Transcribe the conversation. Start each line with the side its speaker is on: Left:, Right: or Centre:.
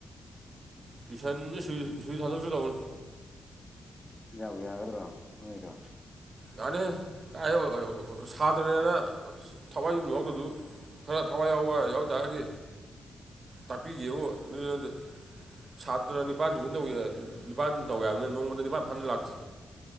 Right: ꯇꯨꯢꯁꯟꯖꯦ ꯁꯨꯇꯝ ꯁꯨꯇꯤ ꯊꯥꯗꯣꯛꯁꯤꯔ ꯇꯧꯕꯅꯤ
Left: ꯌꯥꯕꯨ ꯌꯥꯒꯗ꯭ꯔꯣ ꯅꯣꯏꯗꯣ
Right: ꯌꯥꯅꯤꯍꯦ ꯀꯥꯏ ꯑꯣꯏ ꯑꯣꯏꯍꯣ ꯁꯥꯇ꯭ꯔꯅꯦꯅ ꯊꯋꯥꯏ ꯌꯨꯝ ꯌꯥꯎꯗꯗꯨꯕꯨ ꯈꯔ ꯊꯋꯥꯏ ꯌꯥꯎꯕ ꯌꯥꯎꯇꯥꯥꯔꯗꯤ ꯇꯥꯛꯄꯤꯒꯦꯕꯨ ꯑꯗꯨꯗꯤ ꯅꯠꯇꯦ ꯁꯥꯇ꯭ꯔ ꯅꯤꯄꯥꯥꯟ ꯇꯨꯏꯁꯟ ꯇꯧꯕꯤꯑꯦ ꯅꯤꯄꯥꯥꯟ ꯇꯧꯋꯦ ꯍꯥꯏꯕꯅꯦ ꯅꯣꯡꯃꯗ ꯅꯤꯄꯥꯥꯟ ꯐꯥꯅ ꯂꯥꯛꯇꯦ